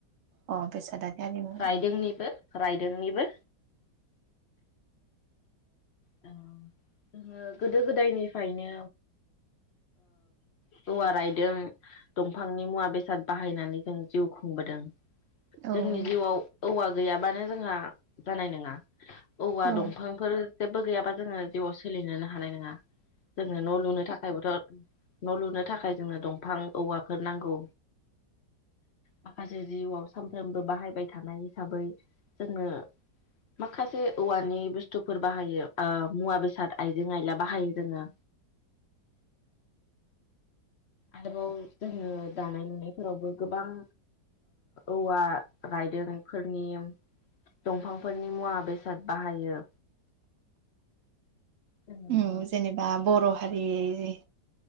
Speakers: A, on the right (about 65°); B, on the left (about 65°).
A: अ बेसादारि आरिमु औ
B: रायदोंनिबो रायदोंनिबो जोंङो गोदो गोदायनिफ्रायनो ओ औवा रायदों दंफांनि मुवा बेसाद बाहायनानै जों जिउ खुंबोदों।
A: औ
B: जोंनि जिउआव औवा गैयाबानो जोंहा जानाय नङा औवा
A: औ
B: दंफांफोर जेबो गैयाबा जोंङो जिउआव सोलिनोनो हानाय नङा जोंङो न' लुनो थाखायबोथ' न' लुनो थाखाय जोंनो दंफां औवाफोर नांगौ माखासे जिउआव सानफ्रामबो बाहायबाय थानाय हिसाबै जोंङो माखासे औवानि बुस्थुफोर बाहायो ओ मुवा बेसाद आइजें आइला बाहायो जोंङो। आरोबाव जोंङो दानाय लुनायफोरावबो गोबां औवा रायदोंफोरनि दंफांफोरनि मुवा बेसाद बाहायो। जोङो
A: उम जेनेबा बर' हारि